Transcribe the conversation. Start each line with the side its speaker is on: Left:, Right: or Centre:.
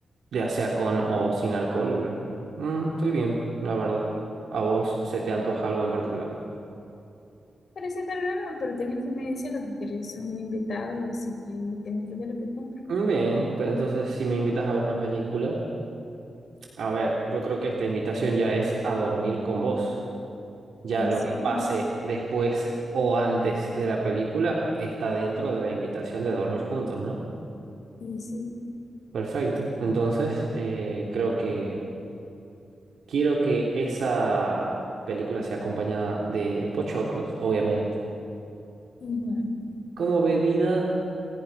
Right: ya sea con o sin alcohol. Mm, estoy bien, la verdad. ¿A vos se te antoja algo en particular?
Left: Parece raro, pero tenés que me decir lo que querés. Sos mi invitado, así que tengo que ver lo que compro.
Right: Mm, Bien, pues entonces si me invitas a ver una película, a ver, yo creo que esta invitación ya es a dormir con vos. Ya
Left: Y
Right: lo
Left: sí,
Right: que
Left: ¿no?
Right: pase después o antes de la película está dentro de la invitación de dormir juntos, ¿no?
Left: Y sí,
Right: Perfecto. Entonces, eh, creo que quiero que esa película sea acompañada de pochoclos, obviamente.
Left: ujú.
Right: Como bebida,